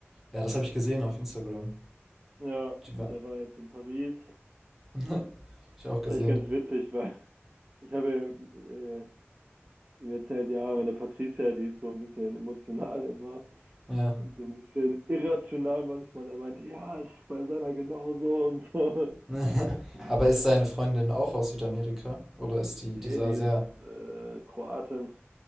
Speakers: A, in the centre; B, on the right.
A: Ja, das habe ich gesehen auf Instagram.
B: Ja,
A: Die war.
B: und der war jetzt in Paris.
A: <laughs> Hab
B: Das
A: ich auch gesehen.
B: Ist eigentlich ganz witzig, weil ich habe äh, ihm erzählt, ja, meine Patricia, die ist so ein bisschen emotional immer.
A: Ja.
B: so ein bisschen irrational manchmal. Er meinte, ja, ist bei seiner genauso und so. <laughs>
A: <laughs>
B: Die,
A: Aber ist seine Freundin auch aus Südamerika? Oder ist die
B: nee,
A: dieser
B: die
A: sehr
B: ist äh, Kroatin.